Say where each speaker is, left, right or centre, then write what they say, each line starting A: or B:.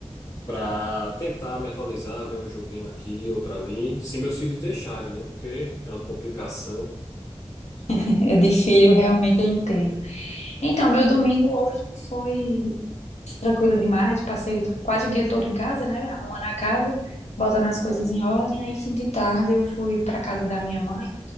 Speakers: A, on the left; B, on the left.
A: pra tentar me atualizar, ver um joguinho aqui, outro ali. Se meus filhos deixarem, né? Porque é uma complicação.
B: <laughs> É de filho, realmente eu entendo. Então, meu domingo hoje foi tranquilo demais. Passei o- quase o dia todo em casa, né? Arrumando a casa, botando as coisas em ordem. Aí, fim de tarde, eu fui para casa da minha mãe.